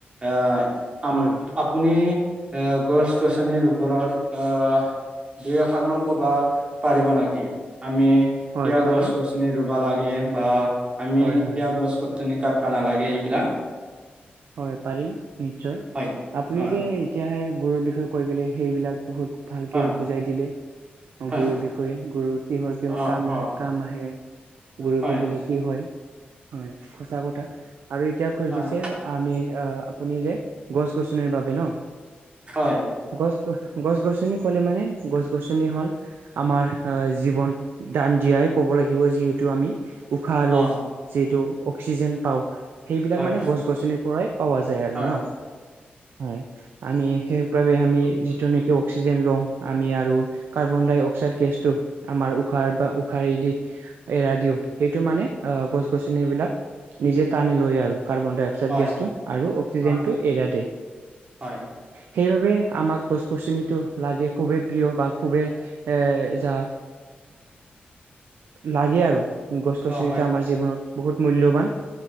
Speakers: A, on the right (about 30°); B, on the right (about 85°).
A: আহ আম
B: হয়
A: আপুনি এ গছ গছনিৰ ওপৰত আহ। দুই এষাৰ মান কবা পাৰিব নেকি? আমি
B: হয়
A: কিয়
B: পাৰিম
A: গছ গছনি ৰুবা লাগে বা আমি
B: হয় হয়
A: কিয় গছ গছনি কাটবা নালাগে এইবিলাক
B: হয় পাৰিম, নিশ্চয়
A: হয়
B: আপুনি
A: হয়
B: যে এতিয়াহে গৰুৰ বিষয়ে কৈ গ'লে সেইবিলাক বহুত ভালকে
A: হয়
B: বুজাই দিলে।
A: হয়
B: গৰুৰ বিষয়ে গুৰুৰ কিহৰ কিহৰ
A: অ
B: কাম
A: অ
B: আহ কাম আহে। গৰু
A: হয়
B: পুহিলে কি হয় হয় সচা কথা, আৰু এতিয়া খুজিছে
A: হয়
B: আমি আপুনি যে গছ গছনিৰ বাবে ন,
A: হয়
B: গছ গছ গছনি ক'লে মানে গছ গছনি হল আমাৰ জীৱন দান দিয়াই। কব লগিব যিহেটো আমি উশাহ লওঁ
A: অ
B: যিহেতু অক্সিজেন পাওঁ সেইবিলাক
A: হয়
B: মানে
A: হয়
B: গছ গছনিৰ পৰাই। পোৱা যায় আৰু
A: হয়
B: ন। হয় আমি সেইবাবে আমি যিটো নেকি অক্সিজেন লওঁ আমি আৰু কাৰ্বন ডাই- অক্সাইড গেছটো আমাৰ ঊষাহৰ পৰা ঊষাহে দি এৰাই দিওঁ সেইটো মানে অঁ বিলাক নিজে টানি লয় আৰু কাৰ্বন ডাই অক্সাইড
A: হয়
B: গেছটো আৰু অক্সিজেনটো
A: হয়
B: এৰা দে
A: হয়
B: সেইবাবে আমাক গছ গছনিটো লাগে খুবেই প্ৰিয় বা খুবেই এ য লাগে আৰু গছ গছনিটো
A: অ হয়
B: আমাৰ জীৱনত বহুত মূল্যবান